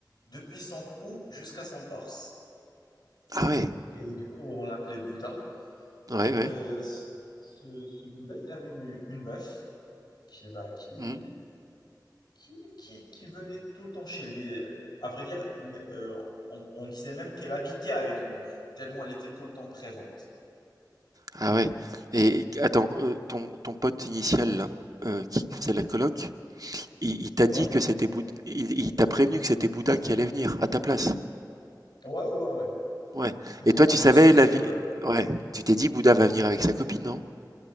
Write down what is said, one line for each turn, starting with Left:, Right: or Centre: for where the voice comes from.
Left: depuis son cou jusqu'à son torse.
Right: Ah ouais,
Left: Et du coup, on l'appelait Bouddha.
Right: ouais,
Left: Euh,
Right: ouais.
Left: ce, ce- Bouddha, il avait une, une meuf qui, bah, qui,
Right: Mhm.
Left: qui, qui- qui venait tout le temps chez lui. À vrai dire, euh, on, on disait même qu'elle habitait avec lui, tellement elle était tout le temps présente.
Right: Ah ouais. Et attends, euh, ton, ton pote initial là, euh, qui faisait la coloc, il, il t'a
Left: Ouais,
Right: dit que c'était Bouddha, il, il t'a prévenu que c'était Bouddha qui allait venir à ta place.
Left: ouais, ouais, ouais.
Right: Ouais.
Left: Du coup,
Right: Et toi,
Left: moi,
Right: tu
Left: je
Right: savais
Left: me suis dit,
Right: la vie.
Left: euh,
Right: Ouais. Tu t'es dit Bouddha va venir avec sa copine, non?